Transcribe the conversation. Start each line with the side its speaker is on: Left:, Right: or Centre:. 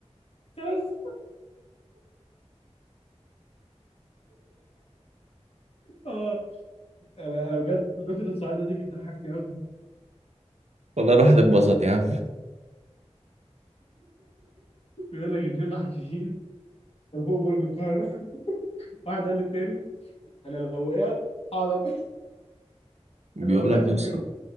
Left: خلاص اه انا انا بجد نقطة السعيدة دي بتضحكني قوي
Right: والله الواحد اتبسط يا عم
Left: بيقول لك اتنين محششين كانوا فوق برج القاهرة <laughs> واحد قال للتاني انا لو وقعت هقعد أك- <laughs>
Right: بيقول
Left: انا لو وقعت
Right: لك يا
Left: من
Right: اسطى
Left: هنا